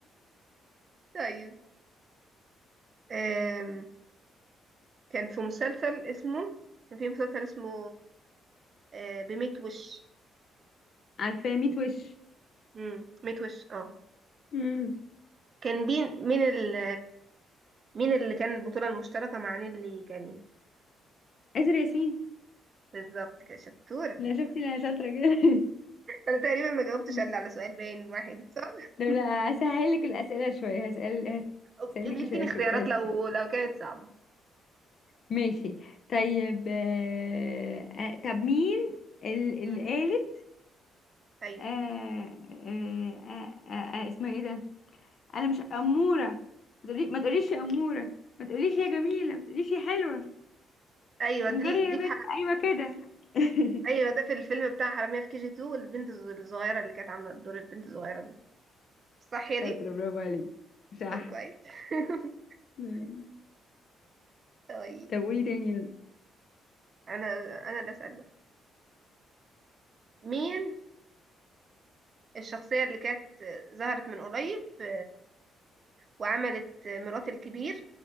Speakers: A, on the right; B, on the left.
A: طيب آم، كان في مسلسل اسمه كان في مسلسل اسمه آه، بميت وش
B: عارفاه 100 وش
A: امم ميت وش اه
B: امم
A: كان بين مين ال مين اللي كان البطولة المشتركة مع نيللي كريم
B: آسر ياسين
A: بالظبط كده شطورة
B: لا
A: <laughs>
B: شفتي لا شاطرة كده
A: انا تقريبا ما جاوبتش
B: <laughs>
A: الا على سؤال باين واحد صح
B: طب لا
A: <laughs>
B: هسهل لك الأسئلة شوية هسأل
A: أو-
B: هسأل
A: يديني
B: لك شوية
A: اختيارات
B: شوية هسأل.
A: لو لو كانت صعبة
B: ماشي طيب آه... آه، طب مين ال- اللي
A: مم.
B: قالت
A: ايوه
B: آه... آه... آه... آه... آه... اسمها ايه ده انا مش أمورة ما تقولي- ما تقوليش يا أمورة ما تقوليش يا جميلة ما تقوليش يا حلوة
A: ايوه
B: انجري
A: دي
B: يا
A: دي
B: بنت
A: في
B: ايوه كده <laughs>
A: ايوه ده في الفيلم بتاع حرامية في كي جي 2 البنت الز- الصغيرة اللي كانت عاملة دور البنت الصغيرة دي صح
B: شاطرة
A: يا دي
B: برافو عليك صح
A: طب كويس <laughs>
B: مم.
A: طيب
B: طب قولي تاني يلا
A: انا انا اللي اسال بقى مين الشخصية اللي كانت ظهرت من قريب في وعملت مرات الكبير